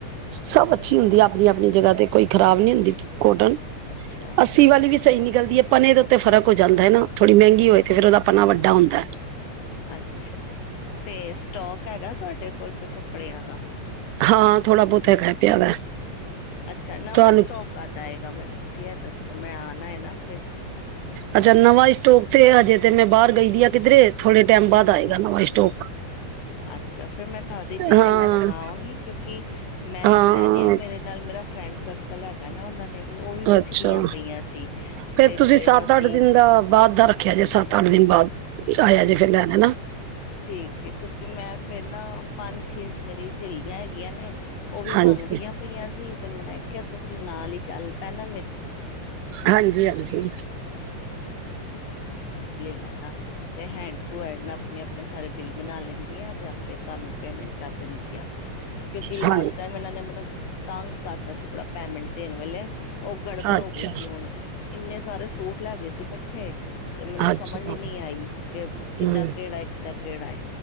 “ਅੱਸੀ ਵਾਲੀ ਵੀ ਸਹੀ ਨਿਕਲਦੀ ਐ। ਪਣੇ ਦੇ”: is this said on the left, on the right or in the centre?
Right